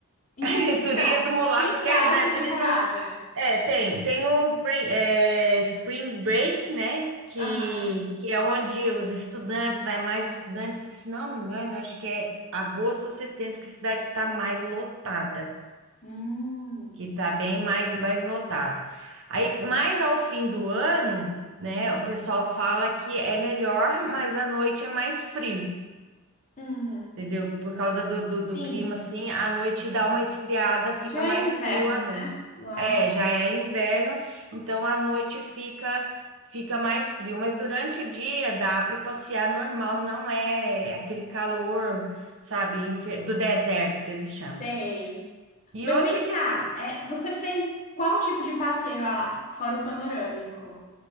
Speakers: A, on the left (about 35°); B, on the right (about 65°).
A: Impossível.
B: <laughs> Turismo lá,
A: Sempre
B: porque,
A: alta
B: né, turismo
A: temporada.
B: é, um, é, tem, tem o bre- é, Spring Break, né, que,
A: Aham.
B: que é onde os estudantes, vai mais estudantes, se não me engano, eu acho que é agosto ou setembro que a cidade está mais lotada,
A: Hum,
B: que está bem mais, mais lotado. Aí, mais ao fim do ano, né, o pessoal fala que é melhor, mas à noite é mais frio
A: hum,
B: entendeu? Por causa do, do,
A: sim.
B: do clima, assim, à noite dá uma esfriada, fica
A: Já
B: mais
A: é inverno
B: frio à noite.
A: lá.
B: É, já é inverno, então à noite fica fica mais frio, mas durante o dia dá para passear normal, não é aquele calor, sabe, infer- do deserto que eles chamam.
A: Sei.
B: E
A: Mas
B: outra
A: vem
B: que
A: cá,
B: assim,
A: é, você fez qual tipo de passeio ah, fora o panorâmico?